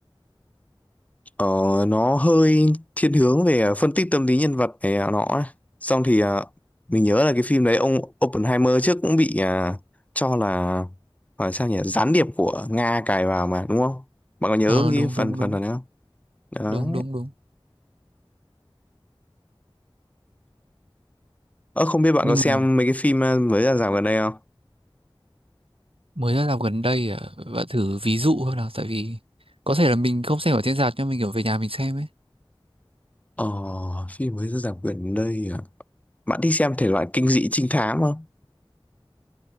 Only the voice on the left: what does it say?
Ờ, nó hơi thiên hướng về phân tích tâm lý nhân vật này nó ấy. Xong thì ờ, mình nhớ là cái phim đấy ông Oppenheimer trước cũng bị à, cho là phải sao nhỉ gián điệp của Nga cài vào mà đúng không? Bạn có nhớ
cái
phần
phần
này không? Đấy.
Ờ, không biết bạn
có xem
mấy cái phim ờ, mới ra rạp gần đây không?
Ờ, phim mới ra rạp gần đây à? Bạn thích xem thể loại kinh dị trinh thám không?